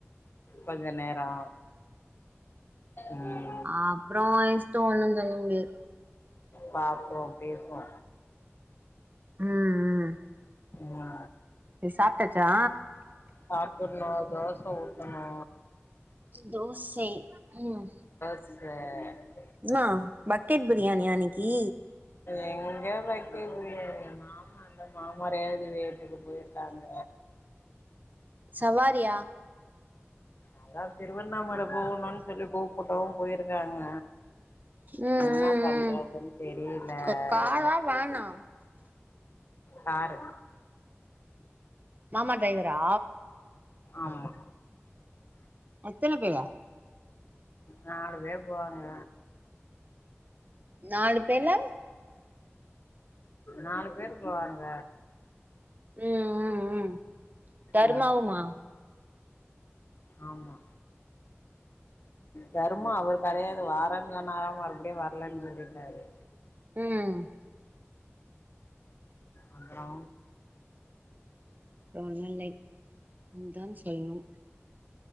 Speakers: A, on the left (about 55°); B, on the right (about 40°).
A: கொஞ்ச நேரோ ம்
B: அப்புறோ உ இஸ்டொ ஒண்ணு சொல்லமுடியாது
A: பாப்போ பேசுவோ
B: ம் ம்
A: வா
B: இது சாப்ட்டாச்சா
A: சாப்ட்ணு தோச ஊத்தணு
B: தோசை ம்
A: ச
B: என்னா பக்கெட் பிரியாணியா அன்னைக்கி
A: எங்க பக்கெட் பிரியாணி நா அந்த மாமா ரேவதி வீட்டுக்கு போயிருக்காங்க
B: சவாரியா
A: அதா திருவண்ணாமலை போகணுன்னு சொல்லி கூப்ட்டவு போயிருக்காங்க
B: ம்
A: என்ன
B: ம்
A: பண்றதுன்னு
B: ம்
A: தெரியல
B: க காரா
A: இன்னக்கி
B: வேனா
A: காரு
B: மாமா டிரைவரா
A: ஆமா
B: எத்தன பேரு
A: நாலு பேர் போவாங்க
B: நாலு பேர்ல
A: நாலு பேரு போவாங்க
B: ம் ம் ம் தர்மாவுமா
A: ம் ஆமா தர்மா அவர் கெடையாது வாறேன் சொன்னாரா மறுபடியு வரலன்னு சொல்லிட்டாரு
B: ம்
A: அப்பறோ
B: ஒன்னு இல்லை நீ தான் சொல்லணு